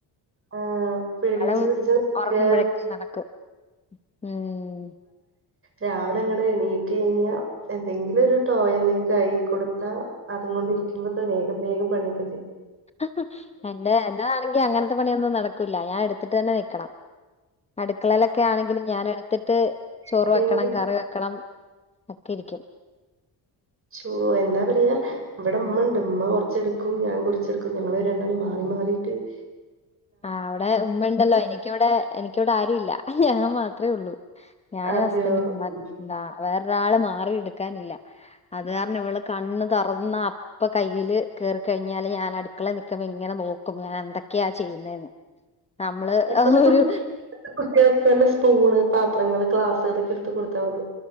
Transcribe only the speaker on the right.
ആ പിടിച്ച്
പിടിച്ച് നിക്കാ
രാവിലെ അങ്ങടെ എണീറ്റ് രാവിലെ എണിറ്റു കഴിഞ്ഞാ എന്തെങ്കിലും ഒരു ടോയ് എന്തെങ്കിലും കൈ കൊടുത്താ അത് കൊണ്ട് <unintelligible> എനിക്കുമ്പോയേക്കും വേഗം വേഗം പണി ഒക്കെ തീർക്കും
എന്തെങ്കിലും
ശോ എന്താ പറയാ ഇവിടെ ഉമ്മഉണ്ട് ഉമ്മ കൊറച്ചെടുക്കും ഞാൻ കുറച്ച്ടുക്കും ഞങ്ങൾ രണ്ടാൾ മാറി മാറി എടുക്കും മാറിട്ട്
അതെയോ
ഉം
ഇപ്പത്തെ
കുട്ടി ഇപ്പത്തെ സ്പൂണ് പാത്രങ്ങൾ ഗ്ലാസ് അതൊക്കെ എടുത്ത കൊടുത്താൽ മതി